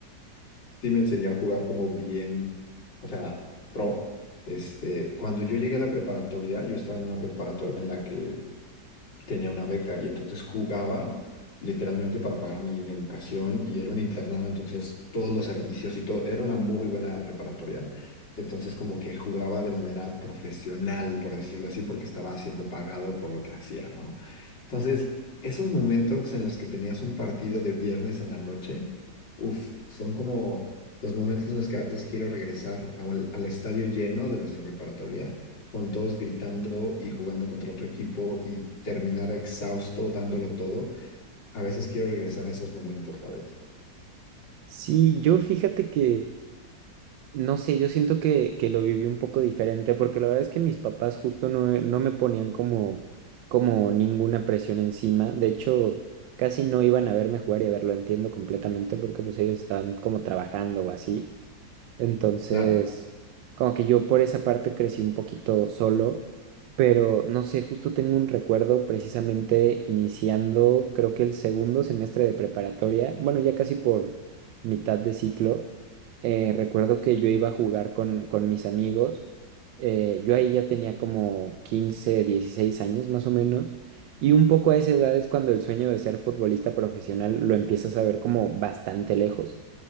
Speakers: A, on the left; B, on the right.
A: <laughs> sí me enseñó a jugar como bien, o sea, pro. Este, cuando yo llegué a la preparatoria, yo estaba en una preparatoria en la que tenía una beca y entonces jugaba literalmente para pagar mi, mi educación y era un internado, entonces todos los servicios y todo, era una muy buena preparatoria, entonces como que jugaba de manera profesional, por decirlo así, porque estaba siendo pagado por lo que hacía, ¿no? Entonces, esos momentos en los que tenías un partido de viernes en la noche, uff, son como los momentos en los que a veces quiero regresar al, al estadio lleno de nuestra preparatoria con todos gritando y jugando contra otro equipo y terminar exhausto dándolo todo. A veces quiero regresar a esos momentos, ¿sabes?
B: Sí, yo fíjate que No sé, yo siento que, que lo viví un poco diferente porque la verdad es que mis papás justo no, eh, no me ponían como, como ninguna presión encima. De hecho, casi no iban a verme jugar y a verlo, entiendo completamente porque pues ellos estaban como trabajando o así. Entonces,
A: Claro,
B: como que yo por esa parte crecí un poquito solo, pero no sé, justo tengo un recuerdo precisamente iniciando, creo que el segundo semestre de preparatoria, bueno, ya casi por mitad de ciclo, eh, recuerdo que yo iba a jugar con, con mis amigos. eh, yo ahí ya tenía como 15 16 años más o menos. Y un poco a esa edad es cuando el sueño de ser futbolista profesional lo empiezas a ver como bastante lejos.